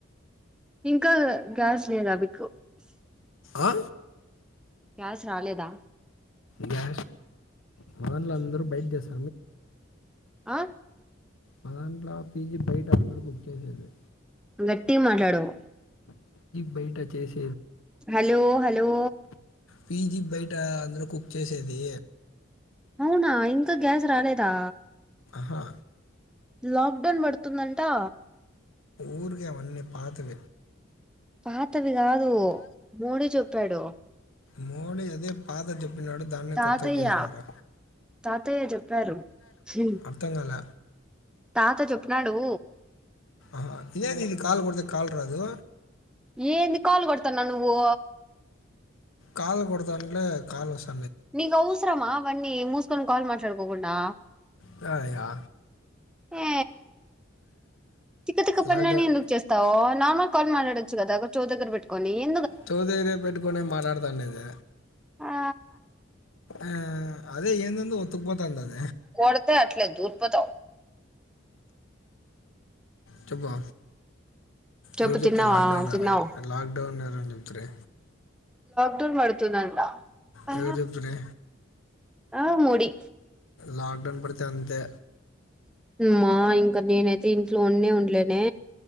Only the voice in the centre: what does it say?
ఇంకా గ్యాస్ లేద మీకు
క్యాష్ రాలేదా
ఆ
గట్టి మాట్లాడవు
హలో హలో
అవునా ఇంకా గ్యాస్ రాలేదా
లాక్డౌన్ పడుతుందంటా
పాత అదిగాదు మోడీ పెడు
తాతయ్య
తాతయ్య చెప్పారు హ్మ్,
తాత చెప్నాడు
ఏంది కాల్ కొడతాన్నా నువ్వు
నకౌసరమా అవన్నీ మూస్కొని కాల్ మాట్లాడుకోకుండా
ఆ తిక్క తిక్క పనులన్నీ
ఎందుకు చేస్తావు నార్మల్ కాల్ మాట్లాడొచ్చు కదా ఒక చోట దగ్గర పెట్టుకొని కొని
ఆ
కొడితే అట్లే దూరిపోతావు
చెప్పు
తిన్నావా
తిన్నావు
వర్షం పడుతుందంట, ఆ
ఆ మూడి
ఉమ్మ ఇంకా నేనైతే ఇంట్లో ఉన్న ఉండలేనే